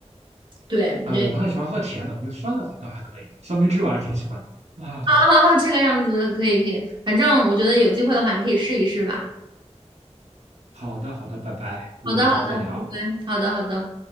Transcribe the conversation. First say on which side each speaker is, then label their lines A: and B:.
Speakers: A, on the right; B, on the right.
A: 对我觉得。
B: 啊，我不太喜欢喝甜的，我觉得酸的反倒还可以，酸梅汁我还是挺喜欢的。啊，
A: 好好好，这个样子可以可以，反正我觉得有机会的话，你可以试一试吧。
B: 好的，好的，拜拜，如果有机会再聊。
A: 好的好的，拜拜。好的好的。